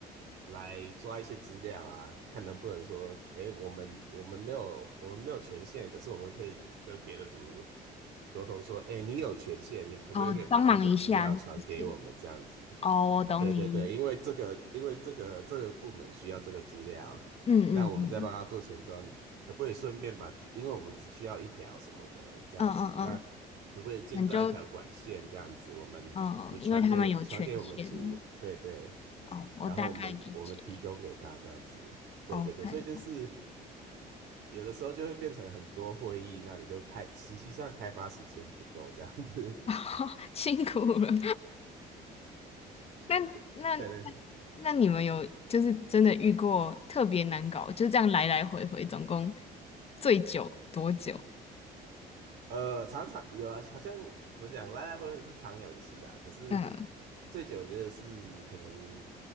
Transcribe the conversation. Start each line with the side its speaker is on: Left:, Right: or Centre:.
Right: 来抓一些资料啊，看能不能说，哎，我们我们没有我们没有权限，可是我们可以跟别的组沟通说，哎，你有权限，你可不可以把那个资料传给我们这样子？
Left: 哦，帮忙一下是不是？哦，我懂你意思
Right: 对对对，因为这个，因为这个这个部门需要这个资料，
Left: 嗯嗯嗯
Right: 那我们再帮他做前端，可不可以顺便把，因为我们只需要一条什么的这样子，
Left: 嗯嗯嗯，
Right: 那可不可以建造一条管线这样子？
Left: 那你就
Right: 我们你传给传给我们组，
Left: 嗯，因为他们有权限。
Right: 对对，
Left: 哦，我大概理解。
Right: 然后我们我们提供给他这样子，对对对，
Left: OK，
Right: 所以就是有的时候就会变成很多会议，那你就开，实际上开发时间不够这样子，
Left: <laughs> 辛苦了。那那那
Right: <laughs> 对对。
Left: 那你们有就是真的遇过特别难搞，就这样来来回回，总共最久多久？
Right: 呃，常常有啊，好像怎么讲，来来回回是常有的事啊。可是
Left: 嗯，
Right: 最久，我觉得是可能